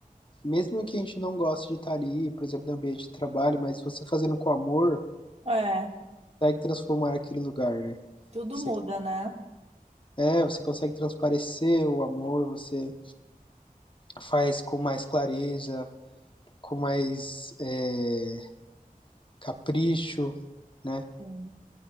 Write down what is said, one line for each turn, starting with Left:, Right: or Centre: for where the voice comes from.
Left: mesmo que a gente não goste de estar ali, por exemplo, no ambiente de trabalho, mas você fazendo com amor,
Right: É,
Left: consegue transformar aquele lugar, né?
Right: tudo
Left: Você,
Right: muda, né?
Left: é, você consegue transparecer o amor, você faz com mais clareza, com mais é, capricho, né?
Right: Sim.